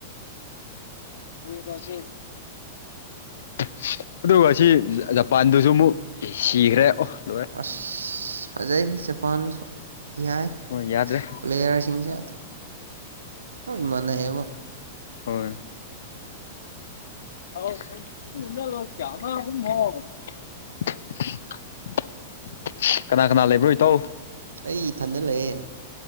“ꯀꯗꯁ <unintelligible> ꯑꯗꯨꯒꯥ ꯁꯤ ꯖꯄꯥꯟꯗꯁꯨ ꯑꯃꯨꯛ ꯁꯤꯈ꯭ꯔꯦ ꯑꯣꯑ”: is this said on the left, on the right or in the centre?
Left